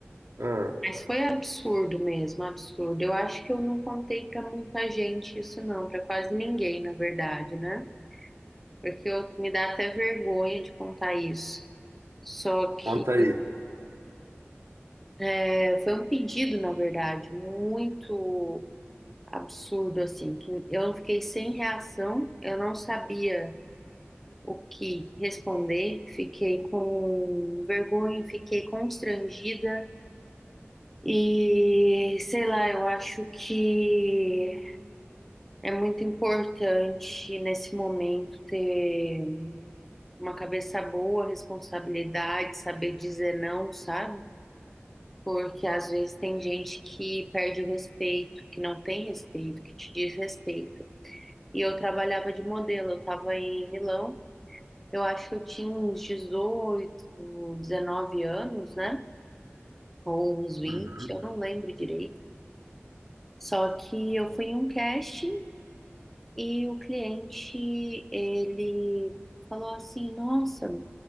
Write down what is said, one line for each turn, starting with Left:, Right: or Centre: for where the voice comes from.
Right: Ah,
Centre: Mas foi absurdo mesmo, absurdo. Eu acho que eu não contei para muita gente isso não, para quase ninguém, na verdade, né? porque eu, me dá até vergonha de contar isso. Só que
Right: conta aí.
Centre: é, foi um pedido, na verdade, muito absurdo, assim, que eu fiquei sem reação, eu não sabia o que responder, fiquei com vergonha, fiquei constrangida e, sei lá, eu acho que é muito importante nesse momento ter Uma cabeça boa, responsabilidade, saber dizer não, sabe? Porque às vezes tem gente que perde o respeito, que não tem respeito, que te desrespeita. E eu trabalhava de modelo, eu estava em Milão, eu acho que eu tinha uns 18 19 anos, né? Ou uns vinte
Right: Uhum.
Centre: eu não lembro direito. Só que eu fui em um casting e o cliente, ele falou assim: Nossa.